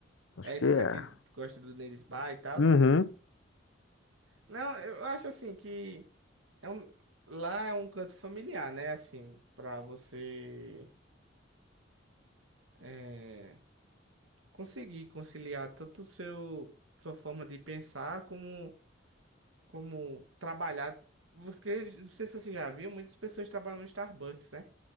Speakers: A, on the left; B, on the right.
A: Acho
B: É esse
A: que é.
B: cara que gosta do Nerisbar e tal.
A: Uhum.
B: Não, eu acho assim que é um, lá é um canto familiar, né? Assim, pra você. eh, conseguir conciliar tanto o seu sua forma de pensar como como trabalhar. Porque não sei se você já viu, muitas pessoas trabalham no Starbucks, né?